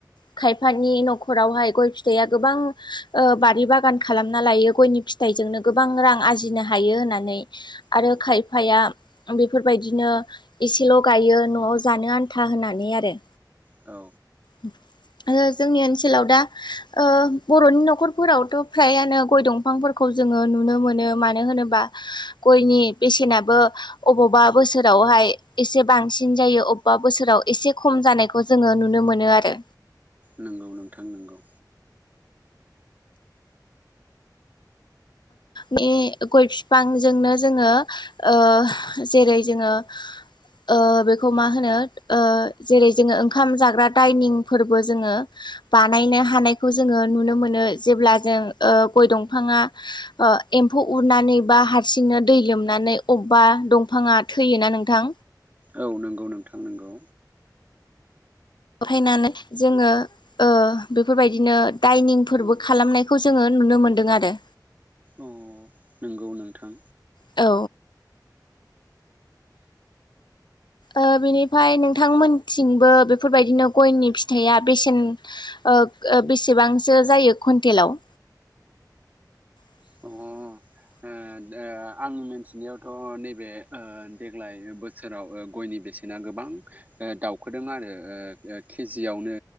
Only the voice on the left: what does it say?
खायफानि न'खरावहाय गय फिथाइआ गोबां बारि बागान खालामना लायो गयनि फिथाइ बिजोंनो गोबां रां आरजिनो हायो होननानै आरो
खायफाया बेफोरबायदिनो एसेल' गायो न'आव जानो आन्था होनानै आरो
<inaudible> आरो जोंनि ओनसोलाव दा ओ बर'नि न'खरफोरावथ' फ्रायानो गय दंफांफोरखौ जों जोङो नुनो मोनो मानो होनोबा गयनि बेसेनाबो अबावबा बोसोरावहाय एसे बांसिन जायो अबेबा बोसोराव एसे खम जानायखौ जोङो नुनो मोनो आरो
बे गय बिफांजोंनो जोङो ओ जेरै जोङो ओ बेखौ मा होनो जेरै जोङो ओंखाम जाग्रा दायनिं फोरबो जोङो बानायनो हानायखौ जोङो नुनो मोनो जेब्ला जों गय दंफाङा एम्फौ उरनानै बा हारसिंनो दै लोमनानै अबेबा दंफाङा थैनानै नोंथां
लरहायनानै जोङो ओ बेफोरबायदिनो डाइनिंफोरबो खालामनायखौ जोङो नुनो मोनदों आरो
औ ओ बेनिफ्राय नोंथांमोनथिंबो बेफोरबायदिनो गयनि फिथाइया बेसेन ओ ओ बेसेबांसो जायो कुन्टेलाव <inaudible>